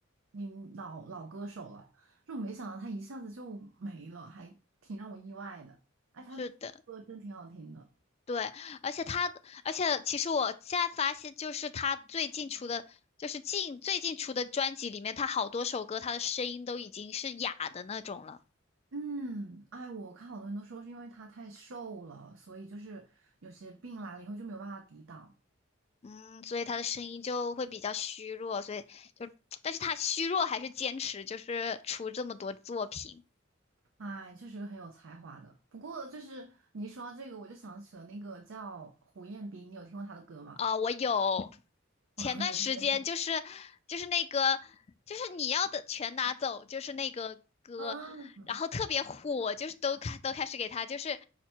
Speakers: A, on the right (about 70°); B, on the left (about 30°).
A: 嗯，老老歌手了，就没想到他一下子就没了，还挺让我意外的。哎，他歌真挺好听的。
B: 是的。对，而且他，而且其实我现在发现，就是他最近出的，就是近最近出的专辑里面，他好多首歌，他的声音都已经是哑的那种了。
A: 嗯，哎，我看好多人都说是因为他太瘦了，所以就是有些病来了以后就没有办法抵挡。
B: 嗯，所以他的声音就会比较虚弱，所以就，但是他虚弱还是坚持，就是出这么多作品。
A: 哎，确是个很有才华的。不过，就是你一说到这个，我就想起了那个叫胡彦斌，你有听过他的歌吗？
B: 呃，我有
A: <laughs>
B: 前段时间就是就是那个就是你要的全拿走，
A: 我觉得特别好
B: 就是那个歌，
A: 嗯，
B: 然后特别火，就是都开都开始给他就是